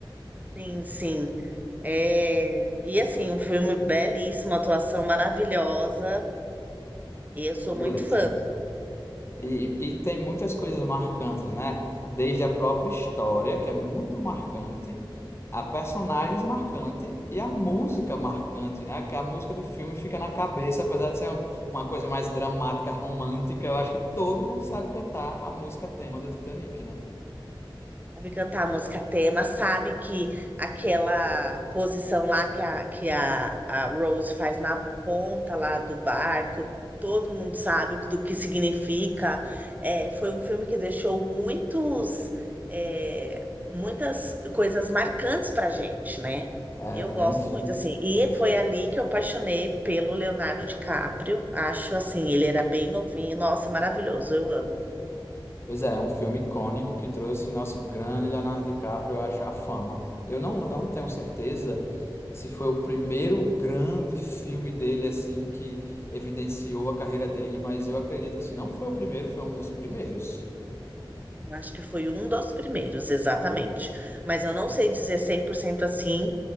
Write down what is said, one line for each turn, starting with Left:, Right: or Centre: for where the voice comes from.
Right: Sim, sim. É, E assim, um filme belíssimo, atuação maravilhosa. E eu sou
Left: Beleza.
Right: muito fã.
Left: E, e tem muitas coisas marcantes, né? Desde a própria história, que é muito marcante, a personagens marcante e a música marcante, né? Que a música do filme fica na cabeça, apesar de ser um- uma coisa mais dramática, romântica, eu acho que todo mundo sabe cantar a música tema do Titanic, né?
Right: sabe cantar a música tema, sabe que aquela posição lá que a, que a, a Rose faz na ponta lá do barco, todo mundo sabe do que significa. É, foi um filme que deixou muitos, é, muitas coisas marcantes pra gente, né?
Left: É,
Right: Eu gosto
Left: é um filme.
Right: muito, assim, e foi ali que eu apaixonei pelo Leonardo DiCaprio. Acho assim, ele era bem novinho, nossa, maravilhoso, eu amo.
Left: Pois é, é um filme icônico que trouxe nosso grande Leonardo DiCaprio a achar fama. Eu não, eu não tenho certeza se foi o primeiro grande filme dele assim que evidenciou a carreira dele, mas eu acredito que se não foi o primeiro, foi um dos primeiros.
Right: Eu acho que foi um dos primeiros, exatamente. Mas eu não sei dizer cem por cento assim,